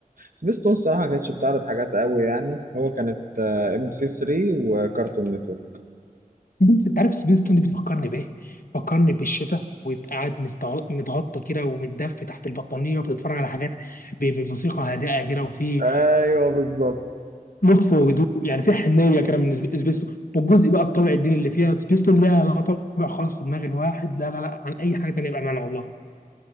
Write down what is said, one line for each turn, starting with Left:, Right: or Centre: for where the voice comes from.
Right: سبيستون الصراحه ما كانتش بتعرض حاجات قوي يعني هو كانت آه، ام بي سي 3 وكارتون نتورك
Left: بس انت عارف سبيس تون دي بتفكرني بايه؟ بتفكرني بالشتاء وقاعد مستغ- متغطى كده ومتدفي تحت البطانيه وبتتفرج على حاجات ب- بموسيقى هادئه كده وفي
Right: ايوه بالظبط
Left: لطف وهدوء يعني في حنيه كده من سبي- سبيس تون والجزء بقى الطابع الديني اللي فيها سبيس تون لا لا طابع خالص في دماغ الواحد لا لا لا عن اي حاجه تانيه بامانه والله